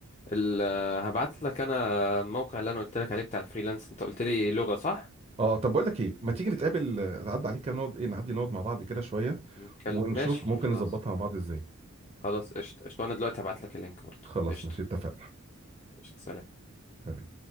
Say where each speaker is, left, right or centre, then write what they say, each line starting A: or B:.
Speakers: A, on the left; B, on the right.
A: ال- هبعت لك انا الموقع اللي انا قلت لك عليه بتاع الفريلانس انت قلت لي لغة صح
B: اه طب بقول لك ايه ما تيجي نتقابل آه، نعدي عليك كده نقعد ايه نعدي نقعد مع بعض كده شويه
A: نتكلم
B: ونشوف
A: ماشي
B: ممكن
A: خلاص
B: نظبطها مع بعض ازاي
A: خلاص قشطة قشطة انا دلوقتي هبعت لك اللينك برضه
B: خلاص
A: قشطة
B: ماشي اتفقنا
A: قشطة سلام
B: سلام